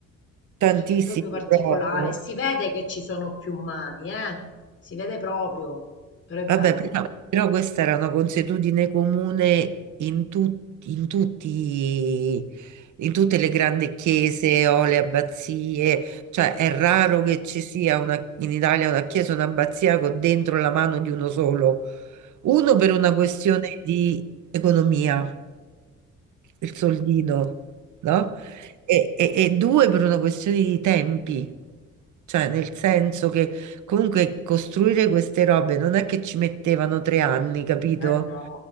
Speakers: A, on the right (about 75°); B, on the left (about 50°).
A: tantissimo
B: Perché è proprio particolare.
A: proprio.
B: Si vede che ci sono più mani, eh? Si vede proprio, però è bello.
A: Vabbè, però, però questa era una consuetudine comune in, tut- in tutti, in tutte le grandi chiese o le abbazie, cioè è raro che ci sia una- in Italia una chiesa o un'abbazia con dentro la mano di uno solo, uno per una
B: Mm.
A: questione di economia il soldino, no? E, e- e due per una questione di tempi, cioè nel senso che comunque costruire queste robe non è che ci mettevano tre anni, capito?
B: Eh no,